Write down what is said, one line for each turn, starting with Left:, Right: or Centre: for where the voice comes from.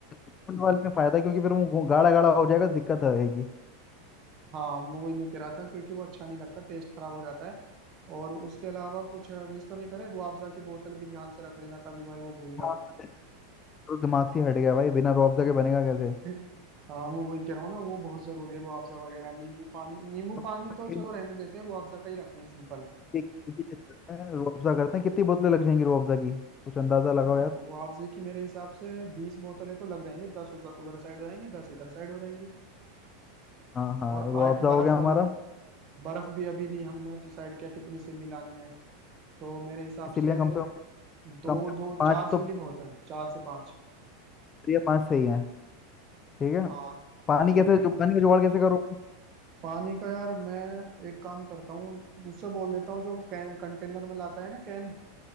Left: फुल वाले में फायदा है, क्योंकि फिर वो गाढ़ा गाढ़ा हो जाएगा दिक्कत आएगी
Right: हाँ मैं वही मैं कह रहा था क्योंकि वो अच्छा नहीं लगता टेस्ट खराब हो जाता है और उसके अलावा कुछ मिस तो नहीं करे रुआफजा की बोतल भी ध्यान से रख लेना कभी भाई वो भूल जाओ
Left: हाँ तो दिमाग से हट गया भाई बिना रुअफ़ज़ा के बनेगा कैसे
Right: <laughs> हाँ मैं वही कह रहा हूँ ना वो बहुत जरूरी है रुआफजा वगैरह नींबू पानी नींबू
Left: रुअफ़ज़ा
Right: पानी तो
Left: के
Right: चलो रहने देते हैं रुआफजा का ही रखते हैं सिंपल
Left: एक एक ही चीज करते हैं रुअफ़ज़ा करते हैं कितनी बोतलें लग जाएंगी रुअफ़ज़ा की कुछ अंदाज़ा लगाओ
Right: रु-
Left: यार
Right: रुआफजे की मेरे हिसाब से बीस बोतलें तो लग जाएंगी दस उस- उधर साइड हो जाएंगी दस इधर साइड हो जाएंगी
Left: हाँ हाँ
Right: और
Left: रुअफ़ज़ा
Right: आय- बर्फ
Left: हो गया
Right: वगैरह
Left: हमारा
Right: बर्फ भी अभी नहीं हमने डिसाइड किया कितनी सिल्ली लानी है तो मेरे हिसाब
Left: इसीलिए
Right: से
Left: कम से कम
Right: दो
Left: कम से कम
Right: दो
Left: पाँच
Right: चार
Left: तो
Right: सिल्ली बहुत हैं चार से पांच
Left: या पाँच सही है ठीक है
Right: हाँ
Left: पानी
Right: ठीक
Left: कैसे
Right: है
Left: जो पानी का जुगाड़ कैसे करोगे
Right: पानी का यार मैं एक काम करता हूँ उससे बोल देता हूँ जो कैन कंटेनर में लाता है ना कैन